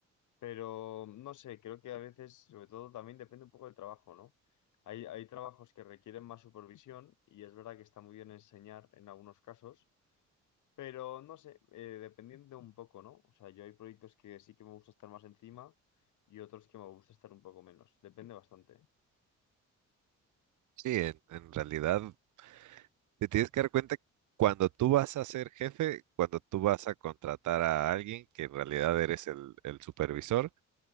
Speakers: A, on the left; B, on the right.
A: Pero no sé, creo que a veces, sobre todo, también depende un poco del trabajo, ¿no? Hay, hay trabajos que requieren más supervisión y es verdad que está muy bien enseñar en algunos casos, pero no sé, eh, dependiendo un poco, ¿no? O sea, yo hay proyectos que sí que me gusta estar más encima y otros que me gusta estar un poco menos. Depende bastante. ¿eh?
B: Sí, en, en realidad te tienes que dar cuenta que cuando tú vas a ser jefe, cuando tú vas a contratar a alguien que en realidad eres el el supervisor,